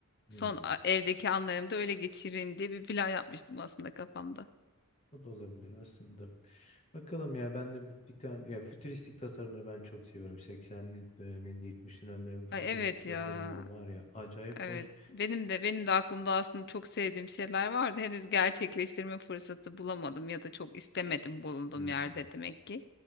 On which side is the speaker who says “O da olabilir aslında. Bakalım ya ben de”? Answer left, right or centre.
Left